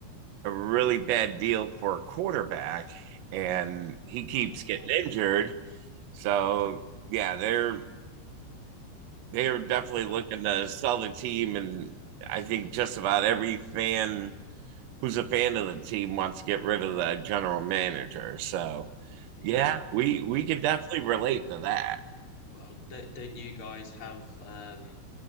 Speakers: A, on the right; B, on the left.
A: a really bad deal for a quarterback, and he keeps
B: Oh,
A: getting injured. So yeah, they're they are definitely looking
B: uh,
A: to sell the team, and I think just about every fan who's a fan of the team wants to get rid of the general manager. So
B: yeah.
A: yeah, we we can definitely relate to that.
B: Well, don't, don't you guys have um,